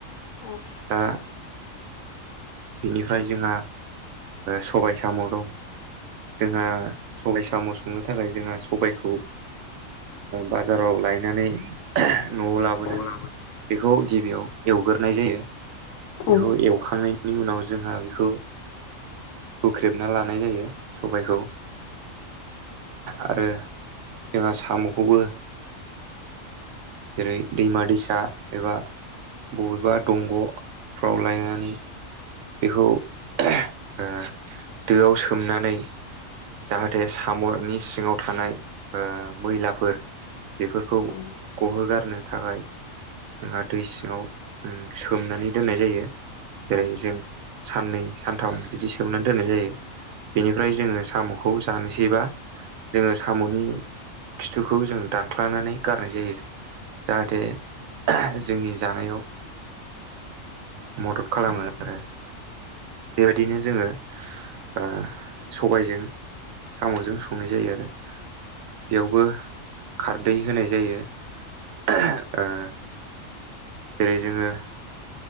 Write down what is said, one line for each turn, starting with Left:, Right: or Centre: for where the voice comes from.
Left: औ
Right: दा बिनिफ्राय जोंहा सबाय-साम' दं जोंहा सबाइ साम' संनो थाखाय जोंहा सबायखौ बाजाराव लायनानै न'आव लाबोनानै
Left: उम
Right: बेखौ गिबियाव एवग्रोनाय जायो
Left: औ
Right: बेखौ
Left: उम
Right: एवखांनायनि बेनि उनाव जोंहा बेखौ हुख्रेबना लानाय जायो सबाइखौ आरो जोंहा साम'खौबो जेरै दैमा- दैसा एबा बबेबा दंग' फ्राव लायनानै बेखौ ओ दोआव सोमनानै जाहाथे साम'नि सिङाव थानाय मैलाफोर बेफोरखौ
Left: औ
Right: गहोगारनो थाखाय जोंहा दै सिङाव ओम सोमनानै दोननाय जायो जेरै
Left: औ
Right: जों साननै, सानथाम बिदि सोमनानै दोननाय जायो बेनिफ्राय जोङो साम'खौ जानोसैबा जोङो साम'नि खिथुखौ जों दानख्लानानै गारनाय जायो जाहाथे जोंनि जानायाव मदद खालामो आरो बेबायदिनो जोङो ओ सबायजों साम'जों संनाय जायो आरो। बेयावबो खारदै होनाय जायो। ओहो ओ जेरै जोङो